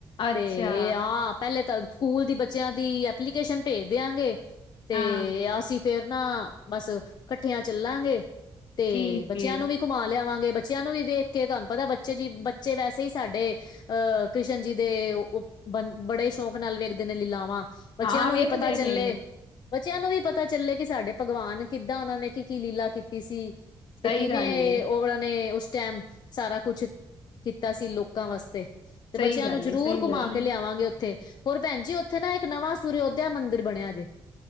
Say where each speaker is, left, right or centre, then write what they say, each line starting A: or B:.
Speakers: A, on the left; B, on the left.
A: ਅੱਛਾ,
B: ਤੇ ਆਹ ਪਹਿਲੇ ਤਾਂ ਸਕੂਲ ਦੀ ਬੱਚਿਆਂ ਦੀ ਐਪਲੀਕੇਸ਼ਨ ਭੇਜ ਦਿਆਂਗੇ। ਤੇ
A: ਹਾਂ
B: ਅਸੀਂ ਫੇਰ ਨਾ, ਬਸ ਇਕੱਠਿਆਂ ਚੱਲਾਂਗੇ। ਤੇ
A: ਠੀਕ
B: ਬੱਚਿਆਂ
A: ਏ,
B: ਨੂੰ ਵੀ ਘਮਾ ਲਿਆਵਾਂਗੇ ਬੱਚਿਆਂ ਨੂੰ ਵੀ ਵੇਖ ਕੇ ਤੁਹਾਨੂੰ ਪਤਾ ਬੱਚੇ ਜਿੱ- ਬੱਚੇ ਵੈਸੇ ਈ ਸਾਡੇ ਅਹ ਕ੍ਰਿਸ਼ਨ ਜੀ ਦੇ ਉਹ ਬ -ਬੜੇ ਸ਼ੌਕ ਨਾਲ ਵੇਖਦੇ ਨੇ ਲੀਲਾਵਾਂ। ਬੱਚਿਆਂ
A: ਹਾਂ
B: ਨੂੰ
A: ਵੇਖਦੇ
B: ਵੀ ਪਤਾ
A: ਨੇ
B: ਚੱਲੇ। ਬੱਚਿਆਂ ਨੂੰ ਵੀ ਪਤਾ ਚੱਲੇ ਕਿ ਸਾਡੇ ਭਗਵਾਨ ਕਿੱਦਾਂ ਉਹਨਾਂ ਨੇ ਕੀ- ਕੀ ਲੀਲਾ ਕੀਤੀ ਸੀ। ਤੇ
A: ਸਹੀ
B: ਕਿਵੇਂ
A: ਗੱਲ ਏ।
B: ਔਵਰਾ ਨੇ ਉਸ ਟਾਈਮ ਸਾਰਾ ਕੁਛ, ਕੀਤਾ ਸੀ ਲੋਕਾਂ ਵਾਸਤੇ। ਤੇ
A: ਸਹੀ
B: ਬੱਚਿਆਂ
A: ਗੱਲ
B: ਨੂੰ ਜ਼ਰੂਰ
A: ਏ, ਸਹੀ
B: ਘੁਮਾ
A: ਗੱਲ
B: ਕੇ
A: ਏ,
B: ਲਿਆਵਾਂਗੇ ਉੱਥੇ ਹੋਰ ਭੈਣ ਜੀ ਉੱਥੇ ਨਾ ਇੱਕ ਨਵਾਂ ਸੁਰੋਧਿਆ ਮੰਦਿਰ ਬਣਿਆ ਜੇ।